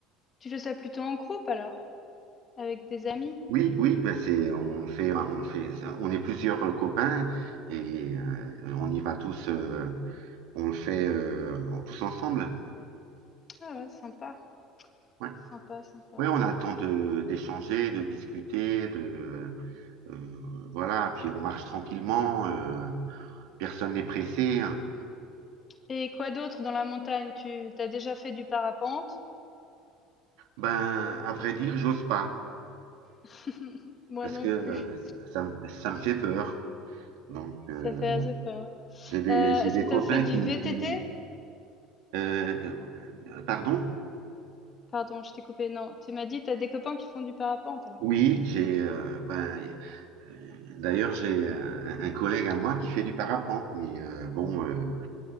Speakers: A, on the left; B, on the right.
A: Tu fais ça plutôt en groupe alors, avec tes amis?
B: Oui, oui, ben c'est, on fait, on fait, on est plusieurs euh, copains et euh, on y va tous, euh, on le fait euh, tous ensemble.
A: Ah ouais, sympa,
B: Ouais.
A: sympa, sympa.
B: Oui, on a le temps de d'échanger, de discuter, de euh, voilà, puis on marche tranquillement, euh, personne n'est pressé. hein.
A: Et quoi d'autre dans la montagne? Tu t'as déjà fait du parapente?
B: Ben, à vrai dire, j'ose pas
A: <laughs> Moi
B: parce
A: non
B: que euh,
A: plus,
B: ça, me- ça me fait peur. Donc, euh,
A: ça fait assez peur.
B: j'ai des,
A: Euh,
B: j'ai
A: est-ce
B: des
A: que
B: copains
A: t'as fait du
B: qui,
A: VTT?
B: qui euh, euh, pardon?
A: Pardon, je t'ai coupé. Non, tu m'as dit t'as des copains qui font du parapente alors.
B: Oui, j'ai euh, ben, euh, d'ailleurs j'ai euh, un, un collègue à moi qui fait du parapente, mais euh, bon euh,